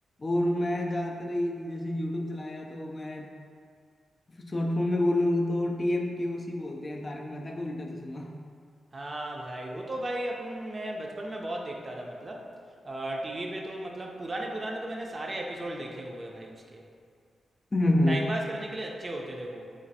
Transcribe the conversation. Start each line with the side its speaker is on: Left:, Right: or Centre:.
Left: और मैं ज्यादातर ये- जैसे यूट्यूब चलाया तो मैं शॉर्ट फॉर्म में बोलूँ तो T M K O C बोलते हैं तारक मेहता का उल्टा चश्मा
Right: हाँ भाई वो तो भाई अपन मैं बचपन में बहुत देखता था मतलब टीवी पे तो मतलब पुराने पुराने तो मैंने सारे एपिसोड देखे हुए हैं भाई उसके
Left: <laughs>
Right: टाइम पास करने के लिए अच्छे होते थे वो